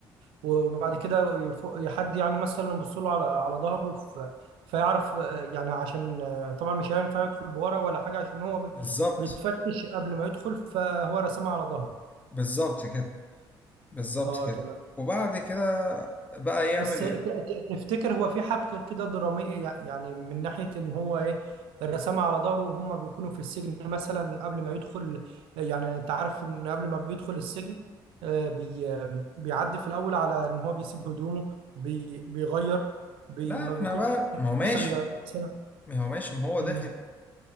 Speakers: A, on the right; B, on the left.
A: وبعد كده يفو- حد يعني مثلا يبص له على على ظهره ف- فيعرف آه، يعني عشان آه، طبعا مش هينفع يدخل بورا ولا حاجه عشان هو بي-
B: بالظبط
A: بيتفتش قبل ما يدخل فهو رسمها على ظهره
B: بالظبط كده بالظبط
A: اه
B: كده
A: تمام
B: وبعد كده بقى يعمل
A: بس ت-
B: إيه
A: ت- تفتكر هو في حبكة كده درامية يع- يعني من ناحية إن هو إيه الرسام على ظهره وهم بيكونوا في السجن مثلا قبل ما يدخل يعني أنت عارف إن قبل ما بيدخل السجن آه، بي آه، بيعدي في الأول على إن هو بيسيب هدومه بي بيغير بي
B: لا
A: ما
B: احنا
A: بيكونش
B: بقى ما هو ماشي
A: إلا مثلا
B: ما هو ماشي ما هو
A: مم.
B: داخل